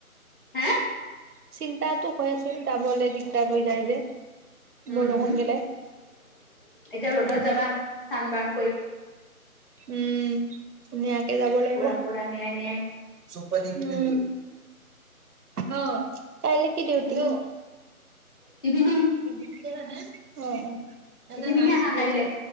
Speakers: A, on the left (about 35°); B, on the right (about 80°).
A: হে
B: চিন্তাটো হৈ আছিল যাবলৈ দিগদাৰ হৈ যায় যে। বৰষুণ
A: উম--এতিয়া
B: দিলে
A: ৰ'দত
B: উম
A: যাবা। চানবান কৰি
B: উম ধুনীয়া। কেযাব লাগিব।
A: পুৰা পুৰা নিয়াই নিয়াই
B: উম অ কাইলে কি দিউটিঅ?
A: ইভিনিং
B: কি কৈছে অ অ ইয়াতে
A: ইভিনিঙে
B: মাছ
A: আহা
B: পুৰি
A: কাইলে
B: আছো